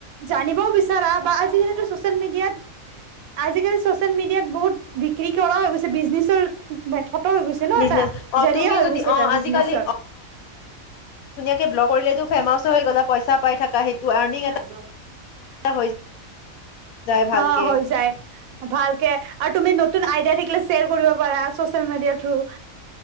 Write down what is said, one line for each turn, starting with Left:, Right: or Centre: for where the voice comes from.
Right: জানিবও বিচাৰা বা আজিকালিটো চচিয়েল মিডিয়াত আজিকালি চচিয়েল মিডিয়াত বহুত বিক্ৰী কৰা হৈ বিজনেচৰ থত হৈ গৈছে ন
Left: বিজনেছ
Right: এটা
Left: অ
Right: জাৰিয়া
Left: তুমি
Right: হৈ
Left: যদি
Right: গৈছে এটা
Left: অ
Right: বিজনেছৰ।
Left: আজিকালি ব্ল কৰিলেটো ফেমাছ ও হয়। পইচা পাই থাকা সেইটো আৰ্নিং
Right: ন দ
Left: এটা হৈ যায় ভালকে
Right: অঁ হৈ যায় ভালকৈ আৰু তুমি নতুন আইয়া থিলেয় কৰিব পাৰা চচ মিয় থব